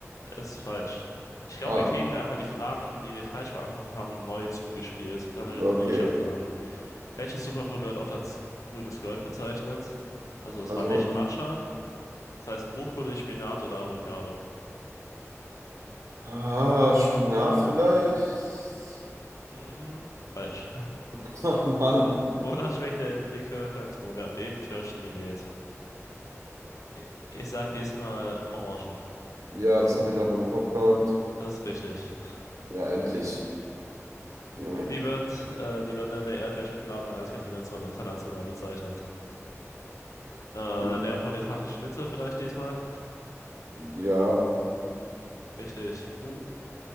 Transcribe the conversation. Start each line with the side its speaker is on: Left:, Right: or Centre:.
Left: Ist falsch. Ich glaube,
Right: Ah,
Left: wir kriegen einfach die Fragen, die wir falsch beantwortet haben, neu zugespielt, damit wir
Right: okay.
Left: eine neue Chance haben. Welches Superfood wird oft als grünes Gold bezeichnet? Also, es
Right: Also,
Left: war nicht
Right: ma-
Left: Matcha. Das heißt Brokkoli, Spinat oder Avocado.
Right: ah, Spinat vielleicht?
Left: Hm, falsch.
Right: <laughs> Ach, Mann.
Left: <laughs> Wonach schmeckt der Likör Cointreau? Wir hatten eben Kirschen gewählt. Ich ich sag diesmal Orangen.
Right: Ja, das hatte ich auch noch im Kopf gehabt.
Left: Das ist richtig.
Right: Ja, endlich. Junge.
Left: Wie wird äh, die Vanille-Erdbeer-Schokoladen-Eis-Kombination international bezeichnet? Äh,
Right: Hm,
Left: neapolitanische Schnitzel vielleicht diesmal?
Right: ja.
Left: Richtig. Uh.